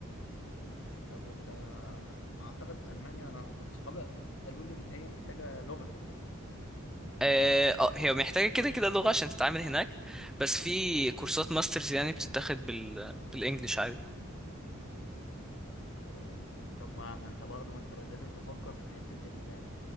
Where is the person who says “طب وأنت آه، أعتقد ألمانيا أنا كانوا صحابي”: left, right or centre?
Left